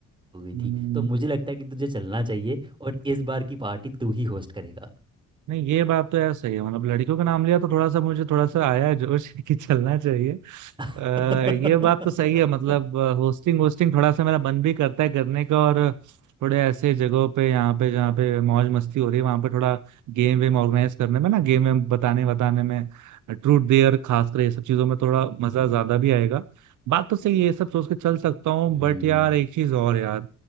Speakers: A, on the right; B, on the right.
A: हो गई
B: हम्म
A: थी तो मुझे लगता है कि तुझे चलना चाहिए और इस बार की पार्टी तू ही होस्ट करेगा
B: नहीं ये बात तो यार सही है मतलब लड़कियों का नाम लिया तो थोड़ा सा मुझे थोड़ा सा आया है जोश <laughs> कि चलना चाहिए
A: <laughs>
B: आ, ये बात तो सही है मतलब होस्टिंग होस्टिंग थोड़ा सा मेरा मन भी करता है करने का और थोड़े ऐसे जगहों पे यहाँ पे जहाँ पे मौज मस्ती हो रही है वहां पे थोड़ा गेम वेम ऑर्गेनाइज करने में ना गेम वेम बताने बताने में ट्रूथ डेयर खासकर ये सब चीजों में थोड़ा मजा ज्यादा भी आएगा बात तो सही है ये सब सोच के चल सकता हूँ
A: हम्म
B: बट यार एक चीज और यार